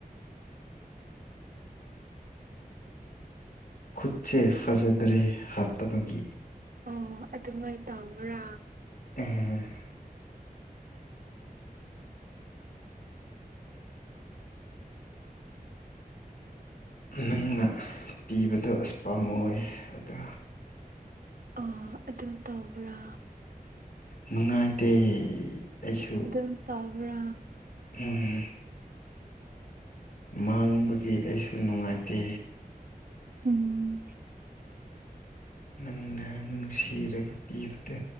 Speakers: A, on the left; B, on the right.
A: ꯈꯨꯠꯁꯦ ꯐꯖꯗ꯭ꯔꯦ ꯍꯥꯞꯇꯕꯒꯤ꯫
B: ꯑꯣ ꯑꯗꯨꯃꯥꯏꯅ ꯇꯝꯕ꯭ꯔꯥ?
A: ꯑꯦ꯫ ꯅꯪꯅ ꯄꯤꯕꯗꯣ ꯑꯁ ꯄꯥꯝꯃꯨꯏꯌꯦ ꯑꯗꯣ
B: ꯑꯣ ꯑꯗꯨ ꯇꯧꯕ꯭ꯔꯥ꯫
A: ꯅꯨꯡꯉꯥꯏꯇꯦ꯫ ꯑꯩꯁꯨ
B: ꯑꯗꯨꯝ ꯇꯕ꯭ꯔꯥ?
A: ꯎꯝ ꯃꯥꯡꯕꯒꯤ ꯑꯩꯁꯨ ꯅꯨꯡꯉꯥꯏꯇꯦ꯫
B: ꯎꯝ꯫
A: ꯅꯪꯅ ꯅꯨꯡꯁꯤꯔꯒ ꯄꯤꯕꯗꯣ꯫